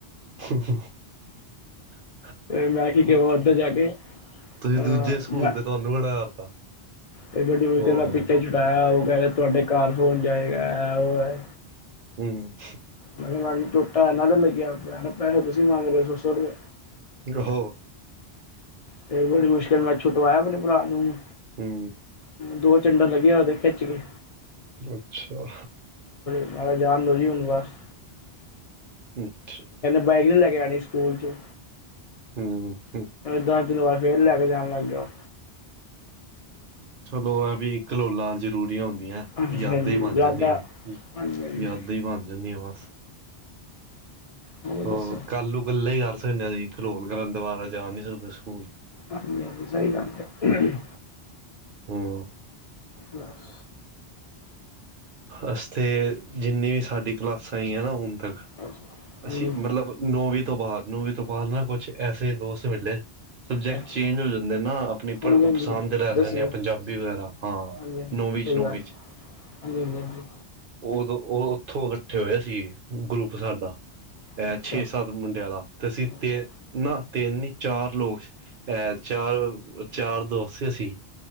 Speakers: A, on the right (about 60°); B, on the left (about 55°).
A: ਹਾ ਹਾ
B: ਮੈਂ ਕੀ ਕਿਵਾ ਓਧਰ ਜਾ ਕੇ।
A: ਤੁਸੀਂ
B: ਆ
A: ਦੂਜੇ ਸਕੂਲ
B: ਮੈ
A: ਦੇ ਤੁਹਾਨੂੰ ਖੜਾ ਕਰਤਾ
B: ਹਾਂ
A: ਉਹ
B: ਪਿੱਛੇ ਛੁਡਾਇਆ- ਕੈ ਰੀ ਤੁਆਡੇ ਘਾਰ ਫੋਨ ਜਾਏਗਾ ਐ ਓ ਐ
A: ਹੂੰ
B: ਮੈਂ ਕਿਆ ਮੈਮ ਜੀ ਚੋਟਾ ਇਨਾਂ ਦੇ ਲੱਗੀਆਂ। ਮੈ ਕਿਆ ਪੈਹੇ ਤੁਸੀਂ ਮੰਗ ਰੇ ਹੋ ਸੋ ਸੌ ਰੁਪਿਆ।
A: ਗ ਹੋ
B: ਤੇ ਬੜੀ ਮੁਸ਼ਕਲ ਮੈਂ ਛੁਟਵਾਇਆ ਆਪਣੇ ਭਰਾ ਨੂੰ।
A: ਹੂੰ
B: ਦੋ ਚਨਡਾ ਲੱਗਿਆ ਉਹਦੇ ਖਿੱਚ ਕੇ
A: ਅੱਛਾ
B: ਮਾਰ ਜਾਣ ਹੁਣ ਬਸ
A: ਅੱਛਾ
B: ਬਾਈਕ ਲ ਗਿਆਣੇ ਸਕੂਲ ਚ
A: ਹਮ ਹਮ
B: ਦਸ ਦਿਨ ਬਾਅਦ ਫਿਰਿ ਲੈ ਕੇ ਜਾਣ ਲੱਗ ਗ ਉਹ
A: ਚਲੋ ਇਹ ਵੀ ਕਲੋਲਾਂ ਜ਼ਰੂਰੀ ਹੁੰਦੀ ਦੀਆਂ
B: ਹਾਂਜੀ
A: ਯਾਦਾਂ
B: ਹਾਂਜੀ
A: ਹੀ ਬਣ
B: ਜ਼ਿਆਦਾ
A: ਜਾਂਦੀਆਂ
B: ਹਾਂਜੀ ਹਾਂਜੀ
A: ਯਾਦਾਂ ਹੀ ਬਣ ਜਾਂਦੀਆਂ ਬਸ
B: ਹੋਰ ਦੱਸੋ
A: ਉਹ ਕੱਲ ਨੂੰ ਇਕੱਲਾ ਹੀ ਕਰ ਘਲੋਲ ਕਰਨ ਦੁਬਾਰਾ ਜਾ ਨੀ ਸਕਦੇ ਸਕੂਲ
B: ਹਾਂਜੀ ਹਾਂਜੀ ਸਹੀ ਗੱਲ ਹੈ
A: ਹਮ
B: ਬਸ
A: ਅਸ ਤੇ ਜਿੰਨੀ ਵੀ ਸਾਡੀ ਕਲਾਸਾਂ ਆਈਆਂ ਨਾ ਹੁਣ
B: ਹਾਂਜੀ
A: ਅਸੀ ਮਤਲਬ ਨੋ ਵਜੇ ਤੋਂ ਬਾਾਰ ਨੂੰ ਵੀ ਤਪਾਲ ਨਾ ਕੁਛ ਐਸੇ ਦੋਸਤ ਮਿਲੇ ਸਬਜੈਕਟ
B: ਅੱਛਾ
A: ਚੇਂਜ ਹੋ ਜਾਂਦੇ ਨਾ ਆਪਣੀ
B: ਹਾਂਜੀ
A: ਪਸੰਦ
B: ਹਾਂਜੀ
A: ਲੈ
B: ਦੱਸਿਓ
A: ਜਾਂਦੇ ਆ ਪੰਜਾਬੀ ਵਗੈਰਾ ਹਾਂ
B: ਹਾਂਜੀ ਹਾਂਜੀ
A: ਨੌਵੀਂ
B: ਸਹੀ
A: ਬਸ਼ਨੋ
B: ਗੱਲ
A: ਵਿੱਚ
B: ਹਾਂਜੀ ਹਾਂਜੀ ਹਾਂਜੀ
A: ਉਦੋਂ ਉਹ ਉੱਥੋਂ ਇਕੱਠੇ ਹੋਇਆ ਸੀ ਗਰੁੱਪ ਸਾਡਾ ਅਹ
B: ਅੱਛਾ
A: ਛੇ ਸੱਤ ਮੁੰਡਿਆਂ ਦਾ ਤੇ ਅਸੀਂ
B: ਅੱਛਾ
A: ਤੇ ਨਾ ਤਿੰਨ ਚਾਰ ਲੋਕ ਅਹ ਚਾਰ ਚਾਰ ਦੋਸਤ ਸੀ